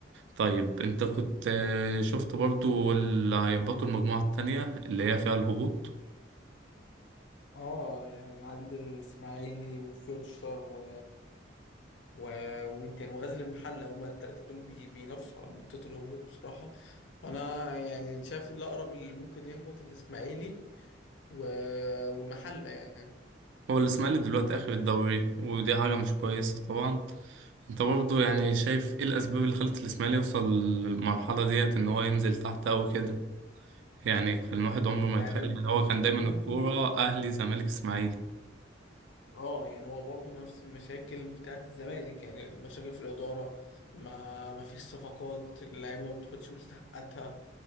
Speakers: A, on the right (about 75°); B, on the left (about 75°).
A: طيب انت كنت آه، شفت برضو اللي هيهبطوا المجموعة التانية اللي هي فيها الهبوط
B: اه يعني عند الاسماعيلي وفيوتشر و... و... ومين تاني وغزل المحله هما التلاته دول بي... بينافسوا على منطقه الهبوط بصراحه وانا يعني شايف الاقرب اللي ممكن يهبط الاسماعيلي و... والمحله يعني
A: هو الإسماعيلي دلوقتي آخر الدوري ودي حاجة مش كويسة طبعا انت برضو يعني شايف ايه الأسباب اللي خلت الإسماعيلي يوصل للمرحلة ديت ان هو ينزل تحت أو كده يعني كان الواحد عمره ما
B: يعني
A: يتخيل يعني هو كان دايما
B: برضه
A: الكورة أهلي زمالك إسماعيلي
B: اه يعني هو برضه نفس المشاكل بتاعت الزمالك يعني المشاكل في الإدارة ما ما فيش صفقات اللعيبة ما بتاخدش مستحقاتها